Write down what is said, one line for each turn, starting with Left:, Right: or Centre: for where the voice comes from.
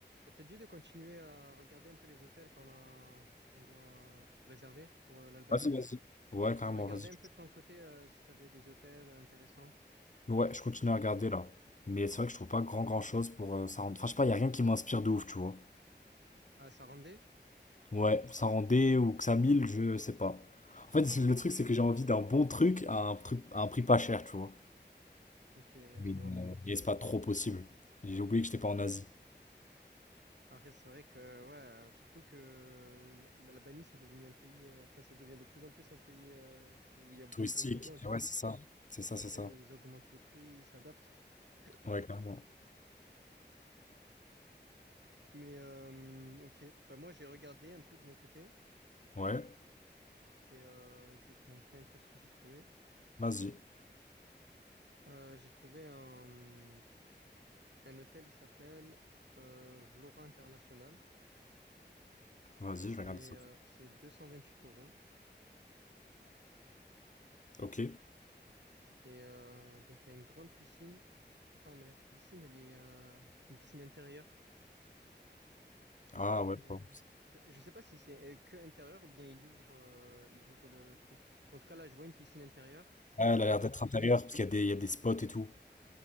Right: Ça te dit de continuer à regarder un peu les hôtels qu'on a, qu'on doit réserver pour euh, l'Albanie?
Left: Vas-y, vas-y. Ouais, carrément,
Right: Regarder
Left: vas-y.
Right: un peu de ton côté euh, si tu avais des hôtels intéressants.
Left: Ouais, je continue à regarder là. Mais c'est vrai que je trouve pas grand grand chose pour euh, ça rend... Enfin, je sais pas, y a rien qui m'inspire de ouf, tu vois.
Right: Ah, Sarandé?
Left: Ouais, ça rendait ou que ça mille, je sais pas. En fait, <laughs> le truc, c'est que j'ai envie d'un bon truc à un truc à un prix pas cher, tu vois.
Right: Ok, ouais,
Left: Mais
Right: je vois.
Left: euh, et c'est pas trop possible. J'ai oublié que j'étais pas en Asie.
Right: Après, c'est vrai que, ouais, euh, surtout que l- l'Albanie, c'est devenu un pays, euh, enfin, ça devient de plus en plus un pays euh, où il y a beaucoup
Left: Touristique.
Right: de gens qui vont, tu
Left: Et ouais,
Right: vois.
Left: c'est ça. C'est ça,
Right: C'est-à-dire,
Left: c'est ça.
Right: ils augmentent les prix, ils s'adaptent. <coughs>
Left: Ouais, carrément.
Right: Mais, euh, ok, bah, moi, j'ai regardé un peu de mon côté
Left: Ouais,
Right: et euh, je vais te montrer un peu ce que j'ai trouvé.
Left: vas-y.
Right: Euh, j'ai trouvé un. Un hôtel, il s'appelle euh, Vlora International.
Left: Vas-y,
Right: Il fait,
Left: je vais regarder ça.
Right: euh, c'est 228 euros.
Left: Ok.
Right: Et euh, donc, il y a une grande piscine. Attends, mais la piscine, elle est, euh, c'est une piscine intérieure. Pas
Left: Ah
Right: trop.
Left: ouais, bon.
Right: Je sais pas si c'est euh, que intérieur ou bien ils ouvrent, euh, ils ouvrent le truc. En tout cas, là, je vois une piscine intérieure.
Left: Ouais,
Right: L'intérieur,
Left: elle a l'air d'être intérieure parce qu'il y a des, il y a des spots et tout.